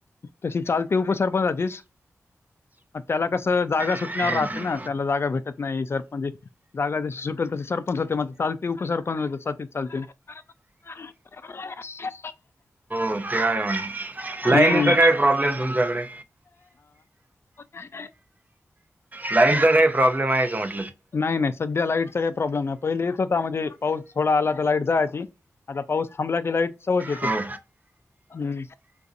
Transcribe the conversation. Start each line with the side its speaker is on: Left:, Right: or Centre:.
Left: तशी चालते उपसरपंच आधीच त्याला कसं जाा
Right: हम्म,
Left: सुटण्यावर राहते
Right: हम्म.
Left: ना त्याला जागा भेट नाही सरपंच जागा जशी सुटेल तसे सरपंच होते म चालते उपसरपंच चालते ह
Right: काय लाईनीचा
Left: हम्म.
Right: काय प्रॉब्लेम तुमच्याकडे
Left: ह
Right: लाईनचा काही प्रॉब्लेम आहे का म्हट
Left: नाही नाही सध्या लाईटचा काही प्रॉब्लेम नाही पहिलेच होता म्हणजे पाऊस थोडा आला तर लाईट जायची आता पाऊस थांबला की लाईट सवच येते
Right: हो
Left: हम्